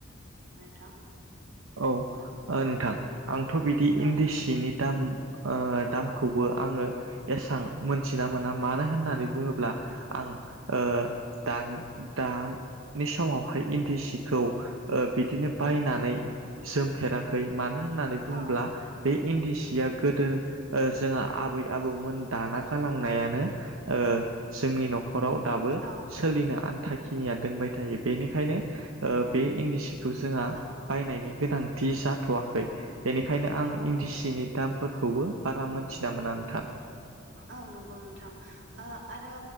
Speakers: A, on the right (about 60°); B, on the right (about 80°).
A: नोंथां?
B: औ ओ नोंथां आंथ' बिदि
A: औ
B: इन्दि सिनि दाम ओ दामखौबो आङो एसां मोनथिना मोना मानो होननानै बुंङोब्ला आं ओ दान दा बि समावहाय इन्दि सिखौ ओ बिदिनो बायनानै जोमफेराखै मानो होननानै बुंङोब्ला
A: औ
B: बे इन्दि सिया गोदो ओ जोंङा आबै आबौमोन दाना गालांनायानो ओ ओ जोंनि न खराव दाबो
A: औ
B: सोलिनो आन्थाखिनिया दोंबाय थायो बेनिखायनो ओ बे इन्दि सि खौ जोंहा
A: औ
B: बायनायनि गोनांथि जाथ'वाखै बेनिखायनो आं
A: औ
B: इन्दि सिनि दामफोरखौबो बारा मोन्थिना मोना नोंथां।
A: औ नंगौ नोंथां ओ आरो